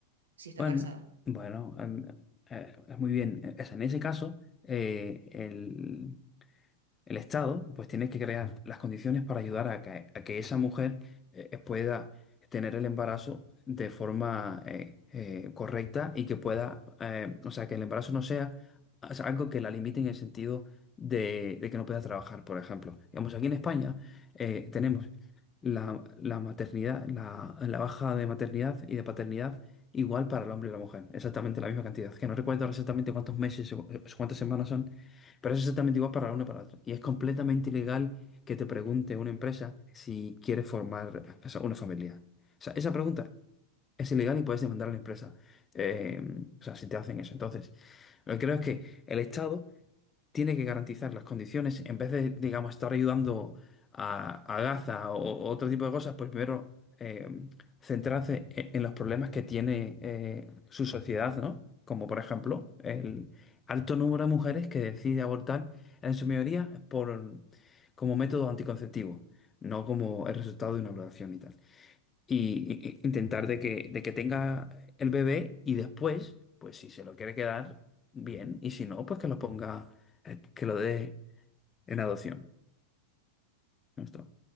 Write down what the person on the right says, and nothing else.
si está
embarazada?